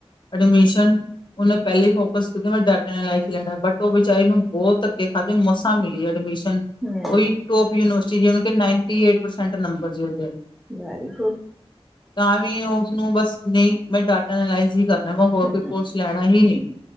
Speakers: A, on the left (about 50°); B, in the centre.
A: ਐਡਮਿਸ਼ਨ ਉਹਨੇ ਪਹਿਲੀ ਫੋਕਸ ਕੀਤੀ ਮੈਂ ਡਾਟਾ ਐਲ ਸੀ ਵਿੱਚ ਲੈਣਾ, ਬਟ ਉਹ ਵਿਚਾਰੇ ਨੂੰ ਬਹੁਤ ਧੱਕੇ ਖਾਧੇ, ਮਸਾਂ ਮਿਲੀ ਐਡਮਿਸ਼ਨ।
B: ਹੂੰ,
A: ਉਹੀ ਟੋਪ ਸੀ ਯੂਨੀਵਰਸਿਟੀ ਵਿਚ, ਨਾਈਟੀ ਐਟ ਪਰਸੈਂਟ ਨੰਬਰ ਸੀ ੳਹਦੇ
B: ਵੈਰੀ ਗੁਡ।
A: ਤਾਂ ਵੀ ਉਸਨੂੰ ਬਸ, ਨਹੀਂ ਮੈਂ ਡਾਟਾ ਐਨਾਲਇਜ਼ ਹੀ ਕਰਨਾ ਵਾ। ਹੋਰ
B: ਹੂੰ,
A: ਕੋਈ ਕੋਰਸ ਲੈਣਾ ਹੀ ਨਹੀਂੀ,